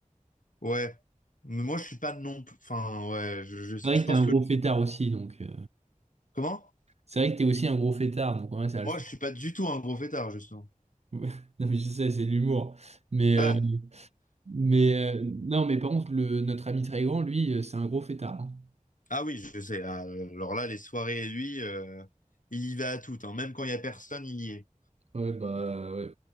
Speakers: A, on the left; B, on the right.
A: ouais, mais moi je suis pas non plus, enfin ouais, je, je-
B: C'est vrai
A: je
B: que
A: pense
B: t'es un
A: que
B: gros fêtard aussi, donc. euh,
A: comment?
B: C'est vrai que t'es aussi un gros fêtard, donc ouais, ça va le
A: Moi
B: faire.
A: je suis pas du tout un gros fêtard justement.
B: <laughs> Non, mais je sais, c'est de l'humour. Mais, euh,
A: Ah,
B: mais euh, non, mais par contre, le, notre ami très grand, lui, euh, c'est un gros fêtard. hein.
A: Ah oui, je sais. Ah, Alors là, les soirées lui, euh, il y va à toutes, hein. Même quand il y a personne, il y est.
B: Ouais, bah ouais.